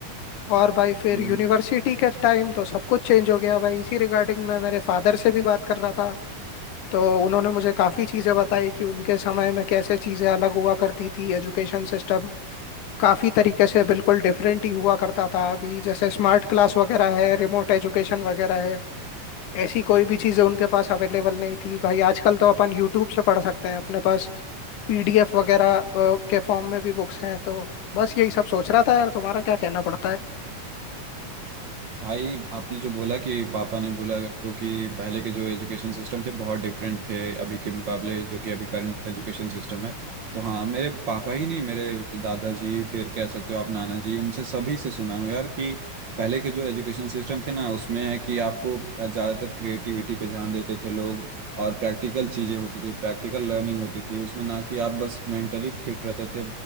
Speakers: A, on the left; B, on the right.
A: और भाई फिर
B: हम्म,
A: यूनिवर्सिटी के टाइम तो सब कुछ चेंज हो गया भाई इसी रिगार्डिंग मैं मेरे फादर से भी बात कर रहा था तो उन्होंने मुझे काफी चीजें बताई कि उनके समय में कैसे चीजें अलग हुआ करती थी एजुकेशन सिस्टम काफी तरीके से बिल्कुल डिफरेंट ही हुआ करता था अभी जैसे स्मार्ट क्लास वगैरह है रिमोट एजुकेशन वगैरह है ऐसी कोई भी चीजें उनके पास अवेलेबल नहीं थी भाई आजकल तो अपन यूट्यूब से पढ़ सकते हैं अपने पास पीडीएफ वगैरह अ, के फॉर्म में भी बुक्स हैं तो बस यही सब सोच रहा था यार तुम्हारा क्या कहना पड़ता है
B: भाई आपने जो बोला कि पापा ने बोला आपको कि पहले के जो एजुकेशन सिस्टम थे बहुत डिफरेंट थे अभी के मुकाबले जो कि अभी करंट एजुकेशन सिस्टम है तो हाँ मेरे पापा ही नहीं मेरे दादाजी फिर कह सकते हो आप नाना जी उनसे सभी से सुना है यार कि पहले के जो एजुकेशन सिस्टम थे ना उसमें है कि आपको ज़्यादातर क्रिएटिविटी पे ध्यान देते थे लोग और प्रैक्टिकल चीज़ें होती थी प्रैक्टिकल लर्निंग होती थी उसमें ना कि आप बस मेंटली फिट रहते थे